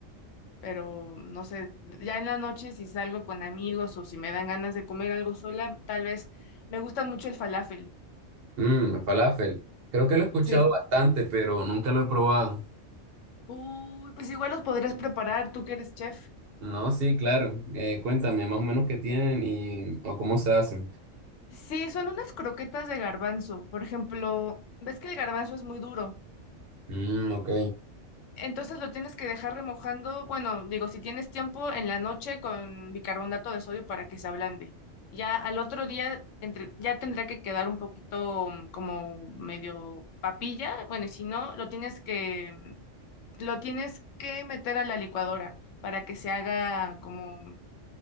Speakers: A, on the left; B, on the right.
A: pero no sé, ya en la noche si salgo con amigos o si me dan ganas de comer algo sola, tal vez me gusta mucho el falafel.
B: Mmm, falafel. Creo que lo he escuchado
A: Sí.
B: bastante, pero nunca lo he probado.
A: Uy, pues igual los podrías preparar, tú que eres chef.
B: No, sí, claro. Eh, cuéntame más o menos qué tienen y o cómo se hacen.
A: Sí, son unas croquetas de garbanzo. Por ejemplo, ves que el garbanzo es muy duro.
B: Mmm, ok.
A: Entonces lo tienes que dejar remojando, bueno, digo, si tienes tiempo en la noche con bicarbonato de sodio para que se ablande. Ya al otro día entre, ya tendrá que quedar un poquito mm, como medio papilla. Bueno, y si no, lo tienes que, mm, lo tienes que meter a la licuadora para que se haga como mm,